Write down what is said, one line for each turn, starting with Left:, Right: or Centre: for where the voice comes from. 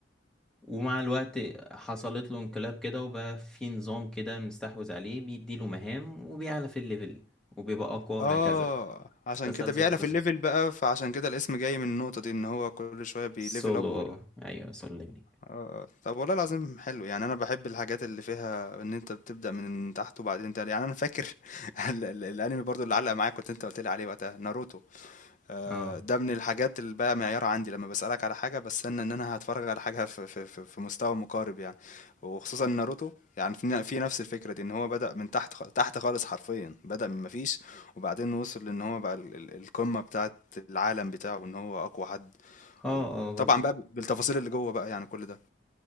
Centre: ومع الوقت حصلت له انقلاب كده وبقى في نظام كده مستحوذ عليه بيديله مهام وبيعلى في الليفل وبيبقى أقوى
Left: آه
Centre: هكذا
Left: عشان
Centre: تسلسل
Left: كده بيعلى
Centre: في قصة
Left: في الليفل بقى فعشان كده الاسم جاي من النقطة دي إن هو كل شوية بيليفل
Centre: سولو
Left: أب وال...
Centre: اه ايوه سولو ليفلينج
Left: آه آه. طب والله العظيم حلو يعني أنا بحب الحاجات اللي فيها إن أنت بتبدأ من تحت وبعدين تعلى يعني أنا فاكر <laughs> ال- ال- الأنمي برضو اللي علق معايا كنت أنت قلت لي عليه وقتها ناروتو آه،
Centre: اه
Left: ده من الحاجات اللي بقى معيار عندي لما بسألك على حاجة بستنى ان انا هتفرج على حاجة في في في في مستوى مقارب يعني وخصوصا ناروتو يعني في ن- في نفس الفكرة دي ان هو بدأ من تحت خ- تحت خالص حرفيا بدأ من مفيش وبعدين وصل ان هو بقى ال- ال- القمة بتاعت العالم بتاعه ان هو اقوى حد
Centre: اه
Left: وطبعا
Centre: اه برضو
Left: بقى ب- بالتفاصيل اللي جوه بقى يعني كل ده